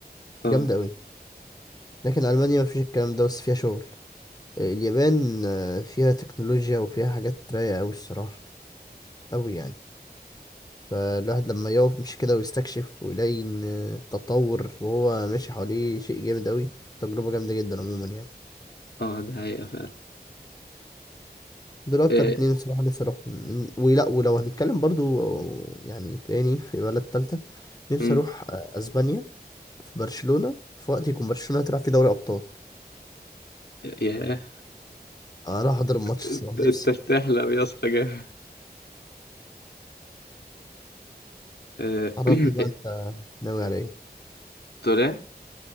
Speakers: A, on the left; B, on the left.
A: اه
B: جامده قوي لكن المانيا مفيش الكلام ده بس فيها شغل آه، اليابان آه، فيها تكنولوجيا وفيها حاجات رايقه قوي الصراحه قوي يعني فالواحد لما يقف مش كده ويستكشف ويلاقي إن التطور وهو ماشي حواليه شيء جامد أوي تجربة جامدة جدا عموما يعني
A: اه ده حقيقة فعلا
B: دول أكتر
A: إيه.
B: اتنين الصراحة نفسي أروحهم من- ولا ولو هنتكلم برضو يعني تاني في بلد تالتة نفسي
A: مم.
B: أروح أسبانيا في برشلونة في وقت يكون برشلونة تلعب في دوري أبطال
A: ياه
B: أروح أحضر الماتش
A: انت
B: الصراحة
A: أنت
B: نفسي
A: بتحلم يا اسطى جامد آه،
B: عرفني
A: <coughs>
B: بقى أنت ناوي على إيه
A: <clears throat> تقول ايه